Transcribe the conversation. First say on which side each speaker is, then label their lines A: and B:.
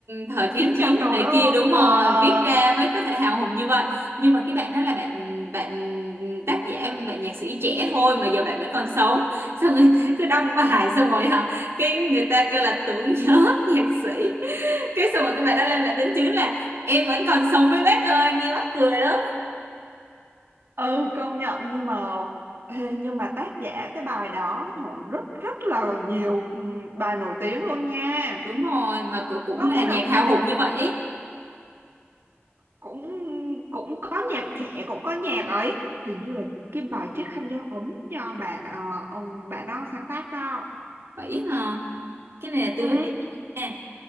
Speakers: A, on the right; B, on the right.
A: thời kháng
B: chín
A: chiến
B: trăm đồ
A: rồi này
B: đúng không
A: kia đúng
B: ờ
A: rồi
B: ờ.
A: viết ra mới có thể hào hùng như vậy nhưng mà cái bạn đó là bạn bạn tác giả bạn nhạc sĩ trẻ thôi mà giờ bạn vẫn còn sống xong người ta cứ đăng bài xong rồi hả cái người ta kêu là tưởng nhớ <laughs> nhạc sĩ cái xong rồi cái bài đó lên bạn đính chính là em vẫn còn sống với bác ơi nghe mắc cười lắm
B: ừ công nhận nhưng mà ê, nhưng mà tác giả cái bài đó họ rất rất là nhiều ừ, bài nổi tiếng luôn nha
A: đúng rồi mà cũng cũng
B: có
A: là
B: nghĩa là
A: nhạc hào
B: ừ,
A: hùng như vậy
B: cũng cũng có nhạc trẻ cũng có nhạc ấy hình như là cái bài chiếc khăn gió ấm do bà ờ, ông bạn nó sáng tác đó
A: vậy hả cái này là
B: ừ
A: tôi mới biết nha